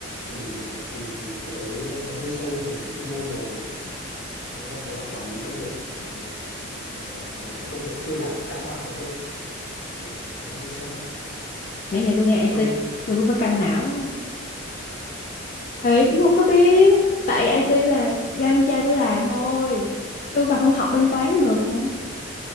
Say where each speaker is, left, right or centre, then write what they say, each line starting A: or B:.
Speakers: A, on the left; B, on the left.
A: thì thì thì cái đấy nó hơi sâu về chuyên môn rồi nó còn có cả quản lý công việc ừ, cả quản lý cái công việc chưa làm và đã làm nữa cơ thì, thì, thì nó hơi sâu
B: nãy giờ tôi nghe IT
A: um,
B: tôi cũng phải căng não á thì cũng không có biết tại IT là do em trai tôi làm thôi tôi còn không học bên toán được nữa